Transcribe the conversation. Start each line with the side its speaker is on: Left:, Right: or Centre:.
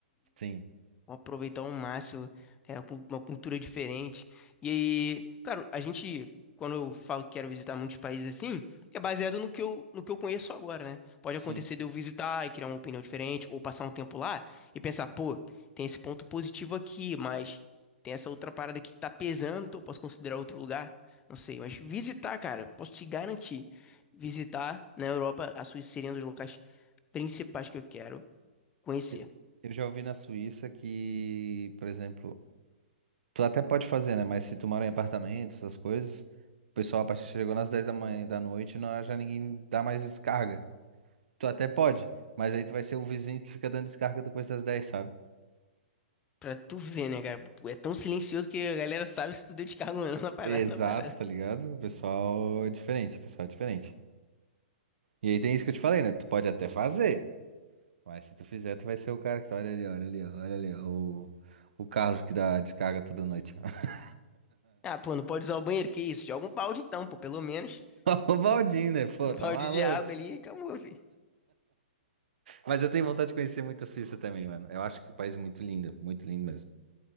Right: Sim,
Left: aproveitar ao máximo, é, cu- uma cultura diferente. E aí, claro, a gente, quando eu falo que quero visitar muitos países assim, é baseado no que eu, no que eu conheço agora, né? Pode
Right: sim.
Left: acontecer de eu visitar e criar uma opinião diferente, ou passar um tempo lá e pensar, pô, tem esse ponto positivo aqui, mas tem essa outra parada aqui que tá pesando, então eu posso considerar outro lugar. Não sei, mas visitar, cara, posso te garantir. Visitar na Europa, a Suíça seria um dos locais principais que eu quero conhecer.
Right: Eu, eu já ouvi na Suíça que, por exemplo, Tu até pode fazer, né? Mas se tu mora em apartamento, essas coisas, o pessoal a partir chegou nas 10 da manhã e da noite, não, já ninguém dá mais descarga. Tu até pode, mas aí tu vai ser o vizinho que fica dando descarga depois das 10, sabe?
Left: Pra tu ver, né, cara? É tão silencioso que a galera sabe se tu deu descarga ou não <laughs> na parada,
Right: Exato,
Left: na parada.
Right: tá ligado? O pessoal é diferente, o pessoal é diferente. E aí tem isso que eu te falei, né? Tu pode até fazer, mas se tu fizer, tu vai ser o cara que tá, olha ali, olha ali, ó, olha ali, ó, o, o Carlos que dá descarga toda noite. <laughs>
Left: Ah, pô, não pode usar o banheiro, que isso? Joga um balde então, pô, pelo menos. <laughs>
Right: O Baldinho, né? Pô,
Left: Um
Right: tá
Left: balde
Right: maluco.
Left: de água ali e acabou, filho.
Right: Mas eu tenho vontade de conhecer muito a Suíça também, mano. Eu acho que o país é muito lindo, muito lindo mesmo.